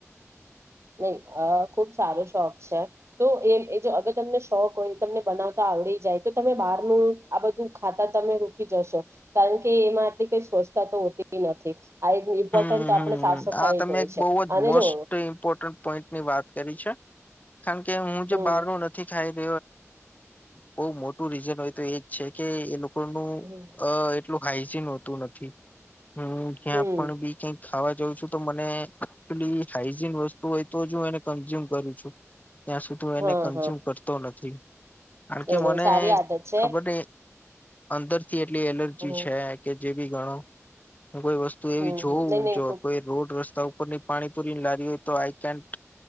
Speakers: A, on the right; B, on the left.
A: નહી ખુબ સારો શોખ છે તો એ જો અગર તમને શોખ હોય તમને બનાવતા આવડી જાય તો તમે બહારનું આ બધું ખાતા તમે રૂકી જશો કારણ કે એમાં આટલી કઈ સ્વચ્છતા તો હોતી નથી હ એ ઇમ્પોર્ટન્ટ
B: હમ
A: તો આપે
B: હમ
A: સાફ સફાઈ
B: આ તમે
A: જોય
B: એક
A: છે
B: બહુ જ
A: અને
B: મોસ્ટ
A: જો
B: ઇમ્પોર્ટન્ટ પોઈન્ટની વાત કરી છે કારણ કે હું જે
A: હમ
B: બહાર નું નથી ખાઈ <unintelligible> બહુ મોટું રીઝન હોય તો એ છે કે એ લોકો <unintelligible>
A: હમ
B: એટલું હાઈજીન હોતું નથી હમ ક્યા
A: હમ
B: <unintelligible> ખવાઉં છું તો મને હાઈજીન વસ્તુ હોય તો જો કઝ્યુમ કરું છું ત્યાં સુધી હ એને
A: હા
B: કન્ઝ્યુમ
A: હા
B: કરતો નથી કારણ
A: નઈ
B: કે મને
A: નહી સારી આદત છે
B: ખબર અંદર થી એટલી એલર્જી
A: હમ
B: છે કે જે બી ગણો હું કો તો એવી
A: હમ
B: જોવું
A: હમ નઈ નહી
B: જો
A: ખુબ
B: કોઈ રોડ રસ્તા ત ઉપરની પાણીપુરીની લારી હોય તો આઈ કેન્ટ